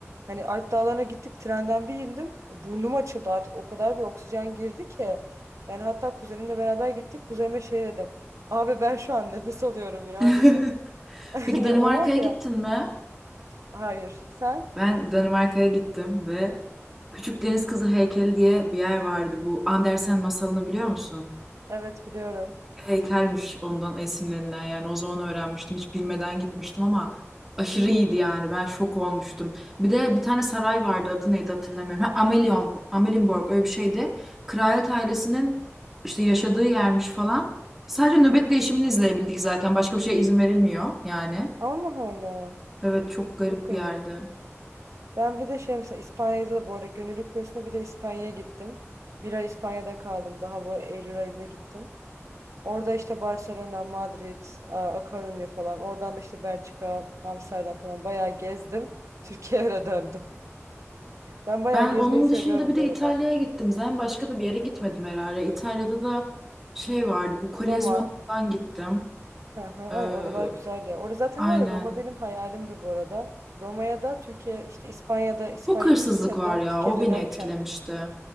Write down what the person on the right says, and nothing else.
Hani Alp Dağları'na gittik trenden bir indim. Burnum açıldı artık o kadar bir oksijen girdi ki. Yani hatta kuzenimle beraber gittik. Kuzenime şey dedim. Abi ben şu an nefes alıyorum ya
dedim. <laughs> Hani
o var ya.
Hayır sen?
Evet biliyorum.
Hmm.
Allah Allah.
Çok garip.
Ben bir de şey mesela İspanya'da da bu arada gönüllülük projesinde bir de İspanya'ya gittim. Bir ay İspanya'da kaldım. Daha bu Eylül ayında gittim. Orada işte Barcelona, Madrid, A- A Coruña falan. Oradan da işte Belçika, Amsterdam falan bayağı gezdim. <laughs> Türkiye'ye döndüm. Ben bayağı
gezmeyi
seviyorum
bu arada.
Roma.
Hı hı, ay
oralar güzel ya. Orada zaten
var ya Roma benim hayalimdi bu arada. Roma'ya da Türkiye işte İspanya'da İspanya'ya
gittim ya
dön
Türkiye
dönerken